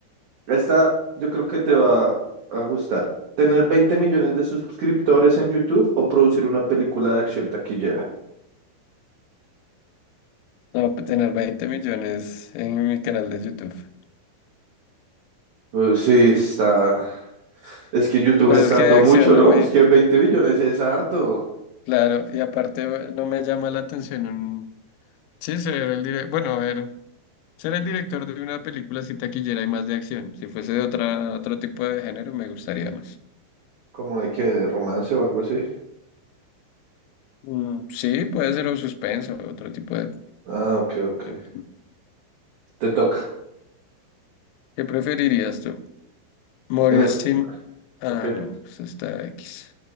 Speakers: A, on the right (about 80°); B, on the left (about 90°).
A: Esta yo creo que te va a gustar. ¿Tener 20 millones de suscriptores en YouTube o producir una película de acción taquillera?
B: No, tener 20 millones en mi canal de YouTube.
A: Uh, sí, está... Es que YouTube
B: Pues
A: está
B: es que
A: dando
B: de acción
A: mucho,
B: no
A: ¿no?
B: me,
A: Es que 20 millones es harto.
B: claro, y aparte bu- no me llama la atención un, sí, ser el dire- bueno, a ver, ser el director de una película si taquillera y más de acción. Si fuese de otra, otro tipo de género me gustaría más.
A: Como de que de romance o algo así.
B: Mm, sí, puede ser o suspenso, otro tipo de...
A: Ah, ok, ok.
B: eh,
A: Te toca.
B: ¿Qué preferirías tú? Morir
A: En el-
B: sin... Ah,
A: Ok.
B: no, no, eso está X.